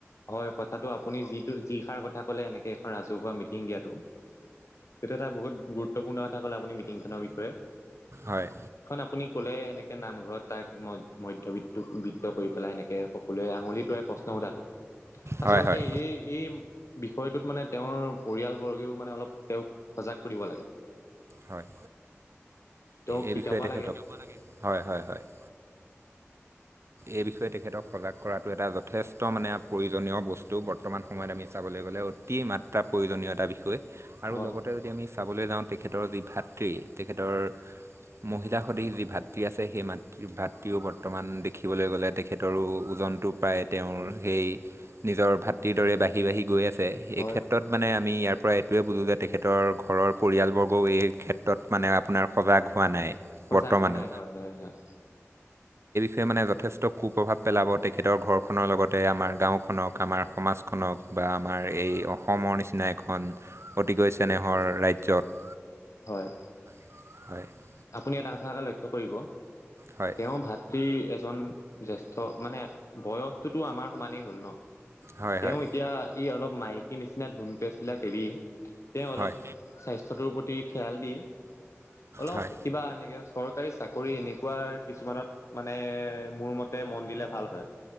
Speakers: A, on the left; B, on the right.
A: হয় কথাটো আপুনি যিটো যি সাৰ কথা কলে এনেকে এখন ৰাজহুৱা মিটিং দিয়াতটো সেইটো এটা বহুত গুৰুত্বপূৰ্ণ কথা ক মিটিনৰষয়ে
B: হয়
A: আপুনি ক'লে এনেকৈ নামঘৰত তাক মধ্যবিত্ত বৃত্ত কৰি পেলাই এনেকৈ সকলোৱে আঙুলি তোৱাইল প্ৰশ্ন সোধাটো আচলতে
B: হয় হয়
A: এই, এই বিষয়টোত, মানে তেওঁৰ পৰিয়ালবৰ্গেও, মানে অলপ তেওঁক সজাগ কৰিব লাগে।
B: হয়,
A: তেওঁক
B: এই
A: শিকাব
B: বিষয়ে তেখেতক
A: লাগে
B: হয়, হয়, হয়। <inaudible> এই বিষয়ে তেখেতক সজাগ কৰাটো, এটা যথেষ্ট মানে প্ৰয়োজনীয় বস্তু বৰ্ত বৰ্তমান সময়ত, আমি চাবলৈ গ'লে অতি মাত্ৰা প্ৰয়োজনীয়তা বিষয় আৰু
A: হয়
B: লগতে, যদি আমি চাবলৈ যাওঁ তেখেতৰ যি ভাতৃ, তেখেতৰ মহিলা সদশ যি ভাতৃ মাতৃ আছে সেই মাতৃৰ ভাতৃও বৰ্তমান ৰাখিবলৈ গ'লে তেখেতৰো ওজনটো প্ৰায়, তেওঁৰ সেই, নিজৰ ভাতৰ দৰে বাঢ়ি বাঢ়ি গৈ আছে।
A: হয়
B: এই ক্ষেত্ৰত মানে আমি ইয়াৰ পৰা এইটোৱে বোলোঁ যে, তেখেতৰ ঘৰৰ পৰিয়ালবৰ্গও, এই ক্ষেত্ৰত মানে আপোনাৰ সজাগ হোৱা নাই।
A: সজাগ
B: বৰ্তমানো
A: হোৱা নাই হয়, হয়, হয়।
B: তেওঁ মানে যথেষ্ট কু প্ৰ্ৰভাৱ পেলাব, তেখেতৰ ঘৰখনৰ লগতে, আমাৰ গাঁওখনক, আমাৰ সমাজখনক। বা আমাৰ, এই অসমৰ নিচিনা এখন অতিকৈ চেনেহৰ ৰাজ্যত।
A: হয়।
B: <inaudible>
A: আপুনি এটা কথা এটা লক্ষ্য কৰিব,
B: হয়
A: তেওঁ ভাত। প্ৰতি এজন জেষ্ঠ, মানে বয়সটোতো আমাৰ সমানেই হ'ল ন।
B: হয়
A: তেওঁ
B: হয়
A: এতিয়া, ই, অলপ মাইকীৰ নিচিনা ধুমপেজ বিলাক এৰি তেওঁ অলপ
B: হয়
A: স্বাস্থ্যটোৰ প্ৰতি খয়াল, দি অলপ
B: হয়
A: কিবা এনেকে চৰকাৰী চাকৰি, এনেকুৱা কিছুমানত মানে মোৰ মতে মন দিলে, ভাল হয়।